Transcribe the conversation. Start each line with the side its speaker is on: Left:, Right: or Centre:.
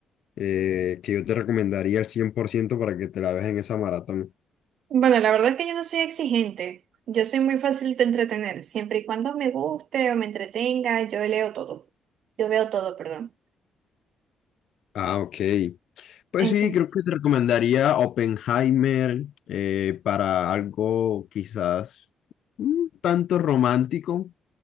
Left: eh, que yo te recomendaría al 100% para que te la veas en esa maratón.
Right: Bueno, la verdad es que yo no soy exigente, yo soy muy fácil de entretener, siempre y cuando me guste o me entretenga, yo leo todo, yo veo todo, perdón.
Left: Ah, ok. Pues
Right: Entonces,
Left: sí, creo que te recomendaría Oppenheimer eh, para algo quizás un tanto romántico,